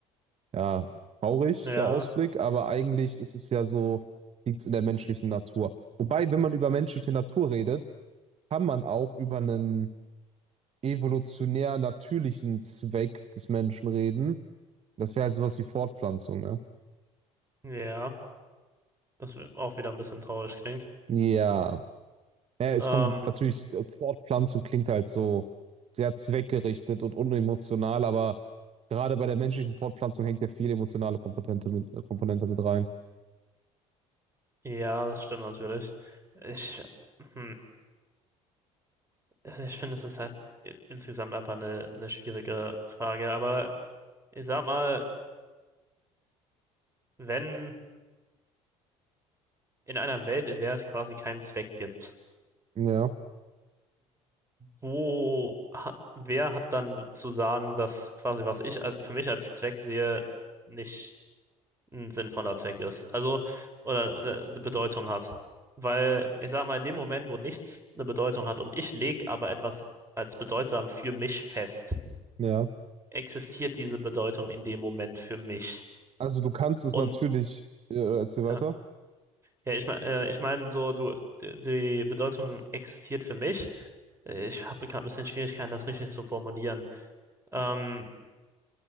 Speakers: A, on the right; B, on the right.
A: ja, traurig,
B: ja,
A: der Ausblick, aber eigentlich ist es ja so, liegt es in der menschlichen Natur. Wobei, wenn man über menschliche Natur redet, kann man auch über einen evolutionär natürlichen Zweck des Menschen reden. Das wäre halt sowas wie Fortpflanzung, ne?
B: ja. Das wi- auch wieder ein bisschen traurig klingt.
A: Ja. Naja, es
B: Ähm,
A: kommt natürlich, äh, Fortpflanzung klingt halt so sehr zweckgerichtet und unemotional, aber gerade bei der menschlichen Fortpflanzung hängt ja viel emotionale Komponente mit, äh, Komponente mit rein.
B: ja, das stimmt natürlich. Ich, hm, also ich finde, es ist halt i- insgesamt einfach eine, eine schwierige Frage, aber ich sag mal, wenn in einer Welt, in der es quasi keinen Zweck gibt,
A: Ja,
B: wo, ha- wer hat dann zu sagen, dass quasi, was ich a- für mich als Zweck sehe, nicht ein sinnvoller Zweck ist? Also, oder äh, eine Bedeutung hat. Weil ich sag mal, in dem Moment, wo nichts eine Bedeutung hat und ich lege aber etwas als bedeutsam für mich fest,
A: ja.
B: existiert diese Bedeutung in dem Moment für mich.
A: Also du kannst es
B: Und
A: natürlich, äh, erzähl weiter.
B: ja. Ja, ich meine, äh, ich meine so, du, die, die Bedeutung existiert für mich. Äh, Ich habe gerade ein bisschen Schwierigkeiten, das richtig zu formulieren. Ähm,